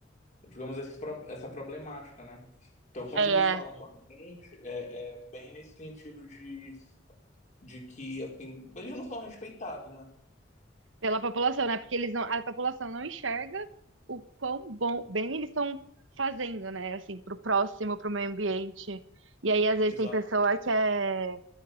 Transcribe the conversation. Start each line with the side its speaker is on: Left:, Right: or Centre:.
Left: digamos, esse pro- essa problemática, né? Então, quando
Right: É,
Left: eles falam
Right: é.
Left: com a gente, é, é bem nesse sentido de, de que, assim, eles não são respeitados, né?
Right: Pela população, né? Porque eles não, a população não enxerga o quão bom, bem eles estão fazendo, né? Assim, pro próximo, pro meio ambiente. E aí, às vezes,
Left: Exato.
Right: tem pessoa que é,